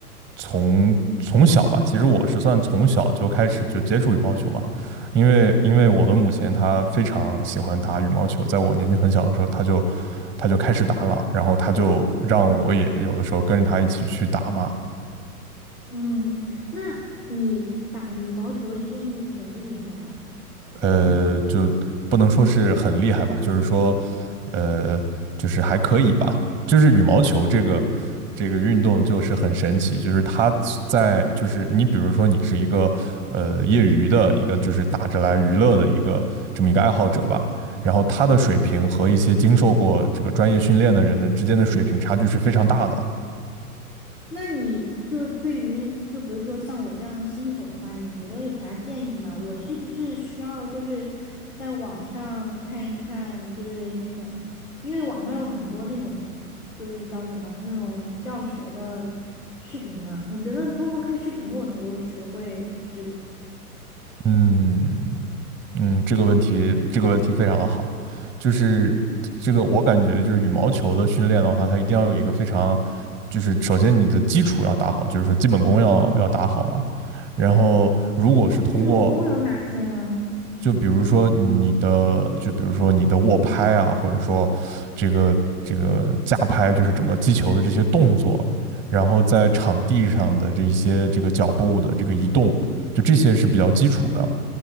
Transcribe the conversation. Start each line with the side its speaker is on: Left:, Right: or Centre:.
Centre: 从从小吧，其实我是算从小就开始就接触羽毛球嘛，因为因为我的母亲她非常喜欢打羽毛球，在我年纪很小的时候，她就她就开始打了，然后她就让我也有的时候跟着她一起去打嘛。
Left: 嗯，那你打羽毛球一定很厉害吧？
Centre: 呃，就不能说是很厉害吧，就是说，呃，就是还可以吧。就是羽毛球这个这个运动就是很神奇，就是它在就是你比如说你是一个呃业余的一个就是打着来娱乐的一个这么一个爱好者吧，然后他的水平和一些经受过这个专业训练的人的之间的水平差距是非常大的。
Left: 那你就是对于，就比如说像我这样的新手的话，你觉得有啥建议吗？我是不是需要就是在网上看一看，就是那种，因为网上有很多那种，就是叫什么那种教学的视频嘛？你觉得通过看视频，我能够学会就是
Centre: 嗯，嗯，这个问题，这个问题非常的好，就是这个我感觉就是羽毛球的训练的话，它一定要有一个非常，就是首先你的基础要打好，就是说基本功要要打好嘛。然后如果是通过，
Left: 基本功有哪些呢？
Centre: 就比如说你的，就比如说你的握拍啊，或者说这个这个架拍，就是整个击球的这些动作，然后在场地上的这一些这个脚步的这个移动，就这些是比较基础的。